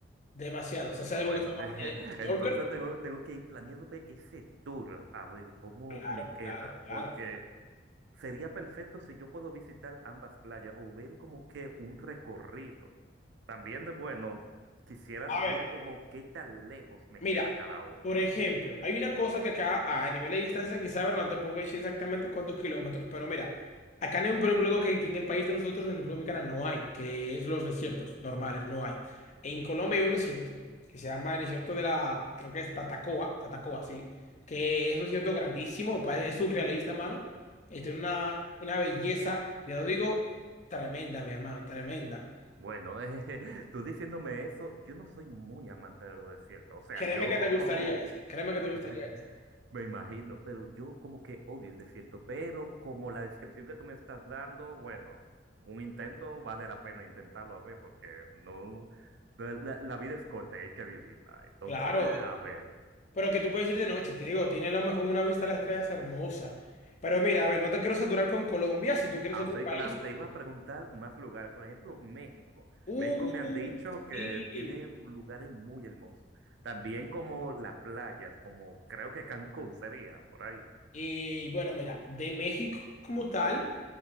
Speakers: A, on the left (about 40°); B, on the right (about 75°).
A: demasiado. O sea, ¿sabes
B: Bueno,
A: algo que se llama
B: <laughs>
A: eh, snorkel?
B: entonces tengo, tengo que ir planeándome ese tour a ver cómo
A: Claro,
B: me queda,
A: claro, claro.
B: porque... Sería perfecto si yo puedo visitar ambas playas o ver como que un recorrido. También de bueno, quisieras
A: a ver
B: ver como qué tan lejos me
A: Mira,
B: queda cada uno.
A: por ejemplo, hay una cosa que acá a nivel de distancia, quizá ahora no te puedo decir exactamente cuántos kilómetros, pero mira, acá en un problema que, que en el país de nosotros, en República Dominicana, no hay, que es los desiertos normales, no hay. En Colombia hay un desierto que se llama el desierto de la, creo que es Tatacoa, Tatacoa, sí, que es un desierto grandísimo, pa- es surrealista, mano, y tiene una, una belleza, ya lo digo, tremenda, mi hermano, tremenda.
B: Bueno, <laughs> eh, tú diciéndome eso, yo no soy muy amante de los desiertos. O sea,
A: Créeme
B: yo
A: que te gustaría
B: como
A: ese, créeme que te gustaría
B: <laughs>
A: ese.
B: Me imagino, pero yo como que odio el desierto, pero como la descripción que tú me estás dando, bueno, un intento vale la pena intentarlo a ver, porque no, la, la- la vida es corta, y hay que vivirla. Entonces,
A: Claro,
B: a ver,
A: Pero que tú puedes ir de noche, te digo, tiene a lo mejor una vista a las estrellas hermosa. Pero mira, a ver, no te quiero saturar con Colombia, si tú quieres
B: ah,
A: otro
B: sí,
A: país.
B: claro, te iba a preguntar más lugares, por ejemplo, México.
A: Uh,
B: México me han dicho que
A: sí.
B: tiene lugares muy hermosos, también como las playas, como creo que Cancún sería, por ahí.
A: Y bueno, mira, de México como tal.